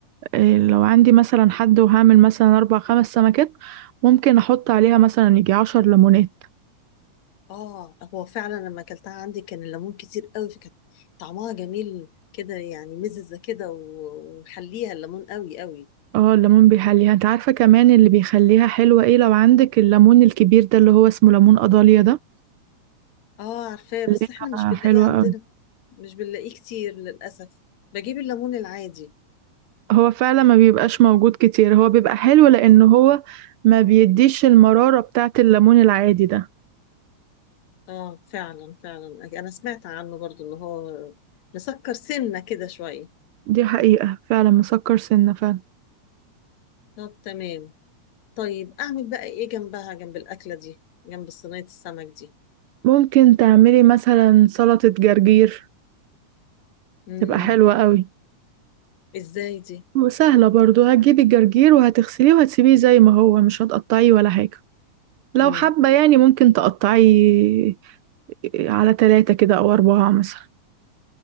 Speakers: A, on the right; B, on the left.
A: آه، لو عندي مثلا حد وهعمل مثلا اربع خمس سمكات ممكن احط عليها مثلا يجي عشر ليمونات
B: اه هو فعلا لما اكلتها عندي كان الليمون كتير قوي فكانت طعمها جميل كده يعني مززه كده و- ومحليها الليمون قوي قوي
A: اه الليمون بيحليها انت عارفه كمان اللي بيخليها حلوه ايه لو عندك الليمون الكبير ده اللي هو اسمه ليمون قضاليا ده
B: اه عارفاه بس
A: بيخليها
B: احنا مش بنلاقيه
A: حلوه
B: عندنا مش بنلاقيه كتير للأسف بجيب الليمون العادي
A: هو فعلا ما بيبقاش موجود كتير هو بيبقى حلو لأن هو ما بيديش المرارة بتاعة الليمون العادي ده
B: اه فعلا فعلا انا سمعت عنه برضو ان هو مسكر سنة كده شوية
A: دي حقيقة فعلا مسكر سنة فعلا
B: طب تمام طيب اعمل بقى ايه جنبها جنب الأكلة دي جنب صينية السمك دي
A: ممكن تعملي مثلا سلطة جرجير
B: امم
A: تبقى حلوة قوي
B: ازاي دي
A: وسهلة برضو هتجيبي الجرجير وهتغسليه وهتسيبيه زي ما هو مش هتقطعيه ولا حاجة لو
B: امم
A: حابة يعني ممكن تقطعيه على تلاتة كده أو أربعة مثلا